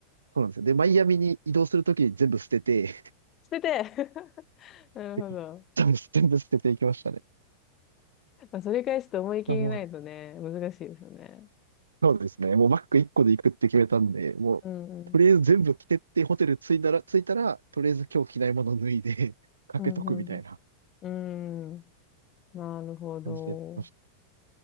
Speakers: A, on the right; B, on the left.
A: そうなんですよ。で、マイアミに移動するときに全部捨てて、
B: 捨てて <laughs> なるほど。
A: <laughs> 全部、全部捨てていきましたね。
B: まあ、それ返すと思い切りないとね、
A: いやもう
B: 難しいですよね。
A: そうですね。もうバッグ1個で行くって決めたんで、もう、
B: うんうん。
A: とりあえず全部着てって、ホテル着いたら、着いたら、とりあえず今日着ないもの脱いで <laughs> かけとくみたいな
B: うん、うん、うん。うん。なるほど。
A: 感じでやってました。